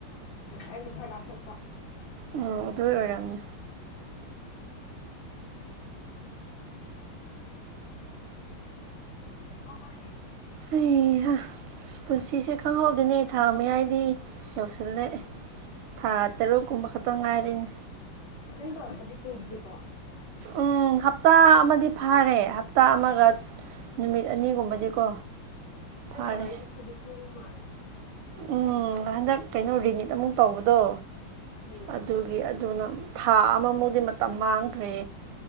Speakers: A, on the left (about 65°); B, on the right (about 80°).
A: ꯑꯩꯅ ꯈꯔ ꯂꯥꯞꯊꯣꯀꯄ
B: ꯑꯣ ꯑꯗꯨꯏ ꯑꯣꯏꯔꯝꯅꯤ
A: ꯑꯧ ꯃꯥꯟꯅꯦ
B: ꯑꯩꯍꯥ ꯄꯨꯟꯁꯤꯁꯦ ꯈꯪꯍꯧꯗꯦꯅꯦ ꯊꯥ ꯃꯌꯥꯏꯗꯤ ꯌꯧꯁꯤꯜꯂꯛꯑꯦ ꯊꯥ ꯇꯔꯨꯛꯀꯨꯝꯕ ꯈꯛꯇꯪ ꯉꯥꯏꯔꯦꯅꯦ
A: ꯃꯇꯦꯡ ꯇꯧꯔꯛꯄꯗꯤ ꯀꯨꯏꯗ꯭ꯔꯤꯀꯣ
B: ꯎꯝ ꯍꯞꯇꯥ ꯑꯃꯗꯤ ꯐꯥꯔꯦ ꯍꯞꯇꯥ ꯑꯃꯒ ꯅꯨꯃꯤꯠ ꯑꯅꯤꯒꯨꯝꯕꯗꯤꯀꯣ ꯐꯥꯔꯦ
A: ꯑꯩꯅꯥ ꯇꯧꯔꯛꯏꯁꯤ ꯈ꯭ꯔꯗꯤ ꯊꯦꯡꯕ ꯃꯥꯜꯂꯦ
B: ꯎꯝ ꯍꯟꯗꯛ ꯀꯩꯅꯣ ꯔꯤꯅꯤꯠ ꯑꯃꯨꯛ ꯇꯧꯕꯗꯣ
A: ꯎꯝ
B: ꯑꯗꯨ ꯒꯤ ꯑꯗꯨꯅ ꯊꯥ ꯑꯃꯃꯨꯛꯗꯤ ꯃꯇꯝ ꯃꯥꯡꯈ꯭ꯔꯦ